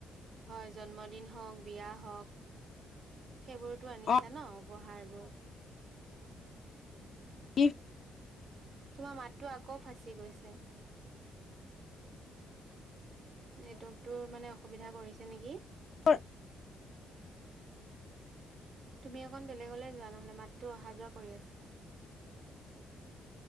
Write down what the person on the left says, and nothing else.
অ
ইফ
<inaudible>